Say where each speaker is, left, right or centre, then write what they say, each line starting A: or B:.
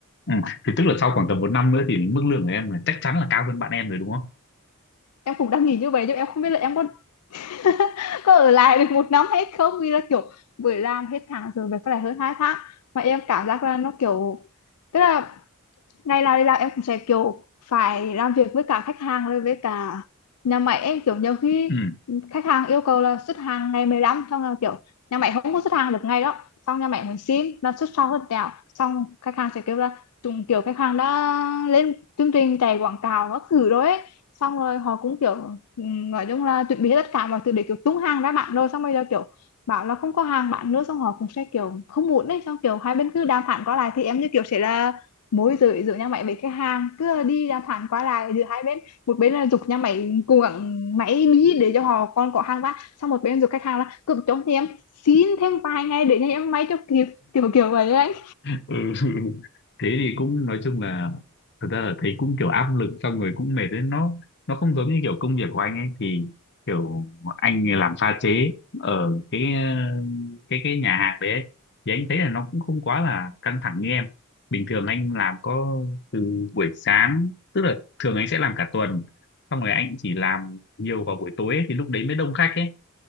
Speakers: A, on the left; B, on the left.
A: ừ. thì tức là sau khoảng tầm một năm nữa thì mức lương của em là chắc chắn là cao hơn bạn em rồi đúng không?
B: em cũng đang nghĩ như vậy nhưng em không biết là em có <laughs> có ở lại được một năm hay không vì là kiểu vừa làm hết tháng rồi về có lại hơn hai tháng mà em cảm giác là nó kiểu tức là ngày nào đi làm em cũng sẽ kiểu phải làm việc với cả khách hàng rồi với cả nhà máy em kiểu nhiều khi
A: Ừ.
B: khách hàng yêu cầu là xuất hàng ngày 15 xong là kiểu nhà máy không có xuất hàng được ngay đó xong nhà máy muốn xin là xuất sau hơn tẹo xong khách hàng sẽ kêu là chúng kiểu khách hàng đã lên chương trình chạy quảng cáo các thứ rồi ấy. xong rồi họ cũng kiểu ừm, nói chung là chuẩn bị hết tất cả mọi thứ để kiểu tung hàng ra bạn rồi xong bây giờ kiểu bảo là không có hàng bạn nữa xong họ cũng sẽ kiểu không muốn đấy xong kiểu hai bên cứ đàm phán qua lại thì em như kiểu sẽ là mối giữa giữa nhà máy với khách hàng cứ đi đàm phán qua lại giữa hai bên một bên là giục nhà máy cố gắng máy bí để cho họ còn có hàng bán xong một bên giục khách hàng là cứ cho thì em xin thêm vài ngày để nhà em máy cho kịp kiểu kiểu vậy ấy
A: ừ. <laughs> thế thì cũng nói chung là thật ra là thấy cũng kiểu áp lực xong rồi cũng mệt đấy nó nó không giống như kiểu công việc của anh ấy thì kiểu anh làm pha chế ở cái cái cái nhà hàng đấy ấy. thì anh thấy là nó cũng không quá là căng thẳng như em bình thường anh làm có từ buổi sáng tức là thường anh sẽ làm cả tuần xong rồi anh chỉ làm nhiều vào buổi tối ấy, thì lúc đấy mới đông khách ấy